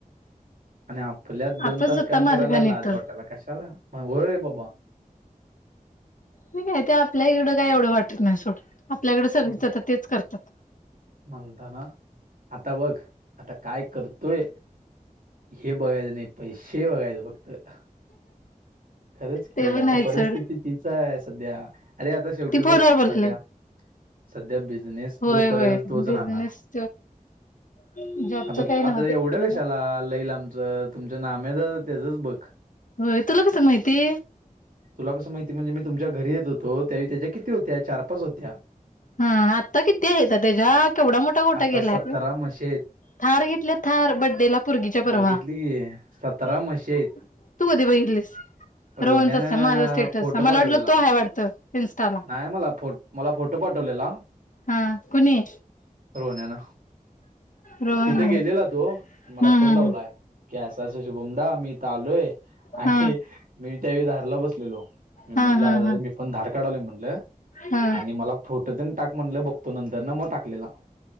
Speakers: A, on the right (about 75°); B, on the left (about 65°).
A: आणि आपल्यात दोन
B: आपण
A: तास
B: स्वतः
A: काम
B: मालकान
A: करायला लाज
B: येतो
A: वाटायला कशाला होय बाबा.
B: काय ते आपल्या इकडं काय एवढं वाटत नाही सोड आपल्याकडं सगळीच
A: म्हण
B: अता तेच करत्यात.
A: म्हणताना आता बघ. आता काय करतोय हे बघायचं नाही पैसे बघायचे. तर खरंच की
B: ते पण
A: आता
B: नाही
A: परिस्थिती
B: चड
A: तिच आहे सध्या अरे आता शेवटी
B: ती फोनवर
A: बघ
B: बोलले
A: सध्या सध्या ब बिजनेस
B: होय
A: जो
B: होय
A: करेल तोच
B: बिझनेस
A: राहणार.
B: जॉबच
A: आता
B: काही नव्हते
A: आता एवढं
B: खरं
A: कशाला
B: ना
A: लईलाम तुमच तुमच्या नामच त्याचंच बघ
B: होय तुला कसं माहिती
A: तुला कसं माहिती म्हणजे मी तुमच्या घरी येत होतो त्यावेळी त्याच्या किती होत्या चार पाच होत्या.
B: हा आता किती हायेती त्याच्या केवढा मोठा गोठा
A: आता
B: गेलाय.
A: सतरा म्हशी आहेत
B: थार घेतल्या थार बड्डेला पुर्गीच्या परवा
A: बघितली की सतरा
B: <inaudible>
A: म्हशी आहेत
B: तू कधी बाई <unintelligible>
A: रोहण्यानं
B: रोहनच अस माझा स्टेटस
A: फोटो
B: मला
A: पाठवलेला
B: वाटलं तो आहे वाटत इन्स्टाला
A: नाही मला फो मला फोटो पाठवलेला
B: हा कुणी?
A: रोहण्यान
B: रोहन
A: तिथे
B: हम्म
A: गेलेला तो मला
B: हम्म
A: फोन लावलाय की अस- असं शुभुमदा मी इथ आलोय. <unintelligible> आणि
B: हा
A: मी त्यावेळी धारला बसलेलो मी म्हणला
B: हा हा हा
A: मी पण धार काढायलो म्हणलं.
B: हा
A: आणि मला फोटो <unintelligible> टाक म्हणलं बघतो नंतर ना मग टाकलेला.